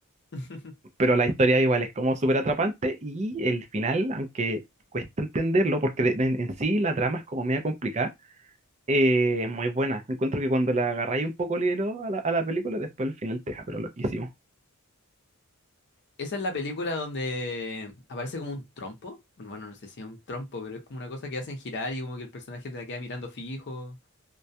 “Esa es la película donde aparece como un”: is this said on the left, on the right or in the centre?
Left